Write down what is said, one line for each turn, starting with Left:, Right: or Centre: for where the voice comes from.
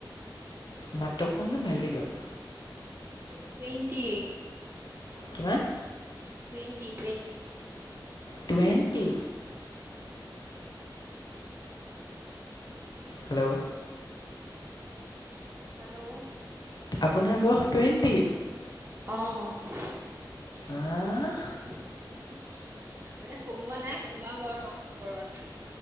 Left: মাতটো অকণমান ভালকে দিয়ক।
Right: মোৰ টুৱেন্টি।
Left: কিমান?
Right: Twenty, twenty.
Left: টুৱেণ্টি
Right: অ'।
Left: হেল্ল'!
Right: হেল্ল'!
Left: আপোনাৰ বয়স টুৱেণ্টি।
Right: অ। মানে
Left: আঁ
Right: সোমোৱা নাই, সোমাব আৰু অক্টোবৰত।